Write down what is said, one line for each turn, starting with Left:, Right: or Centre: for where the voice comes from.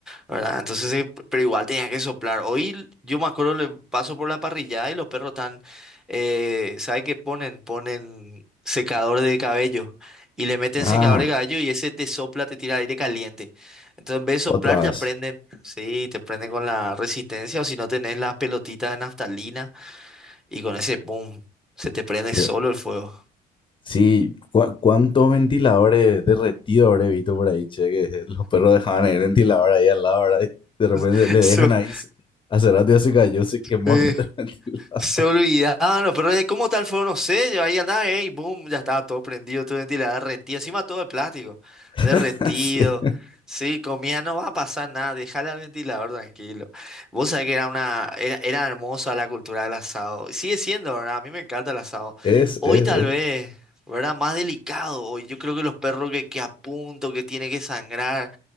Centre: ¿verdad? Entonces, eh, p- pero igual tenía que soplar. Hoy yo me acuerdo, le paso por la parrillada y los perros están, eh, ¿sabe qué ponen? Ponen secador de cabello. Y le meten
Left: Ah,
Centre: secador de cabello y ese te sopla, te tira aire caliente. Entonces, en vez de soplar,
Left: otra
Centre: ya
Left: vez.
Centre: prenden. Sí, te prenden con la resistencia o si no tenés las pelotitas de naftalina y con ese boom, se te prende solo
Left: Ve-
Centre: el fuego.
Left: Sí, ¿cu- ¿cuántos ventiladores derretidos habré visto por ahí, che? Que <laughs> los perros dejaban el ventilador ahí al lado, ¿verdad? Y de repente
Centre: <laughs>
Left: le dejan ahí. se- Hace rato ya se cayó, se quemó
Centre: Eso,
Left: <laughs> todo el ventilador.
Centre: Se olvidaban los perros de cómo tal fueron los sellos. Ahí andaba, y boom, ya estaba todo prendido, todo ventilado, derretido. Encima todo de plástico,
Left: <laughs>
Centre: derretido.
Left: Sí.
Centre: Sí, comía, no va a pasar nada, déjale al ventilador tranquilo. Vos sabés que era una, era, era hermosa la cultura del asado. y Sigue siendo, ¿verdad? A mí me encanta el asado.
Left: Es,
Centre: Hoy
Left: es,
Centre: tal
Left: es.
Centre: vez, ¿verdad? Más delicado. Hoy yo creo que los perros que, que a punto, que tiene que sangrar.